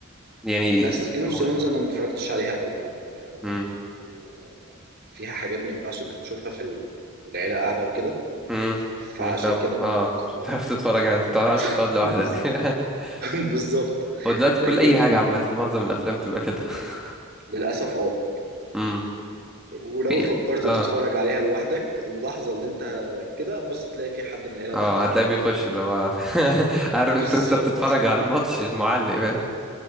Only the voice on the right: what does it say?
بس جيم
اوف ثرونز انا ما اتفرجتش عليها قوي على فكره
لان فيها حاجات ما ينفعش انك تشوفها في ال- العيله قاعده وكده
فعشان
كده ما
اتف-
بالظبط
<laughs>
بز-
بالظبط
لكن
للاسف اه
ولو
فكرت
تتفرج عليها لوحدك اللحظه اللي انت كده بص تلاقي في حد من العيله
دخل عليك
فيها
<laughs> بالظبط